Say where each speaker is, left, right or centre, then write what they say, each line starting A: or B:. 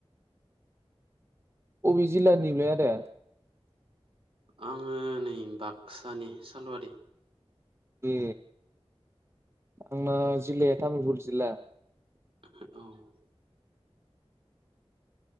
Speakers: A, on the right; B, on the right.
A: ओबे जिल्लानिमोनलाय आदाया?
B: आङो नै बाक्सानि सालबारि।
A: ए आंना
B: ओमफ्राय
A: जिल्लाया तामुलपुर जिल्ला।
B: <unintelligible>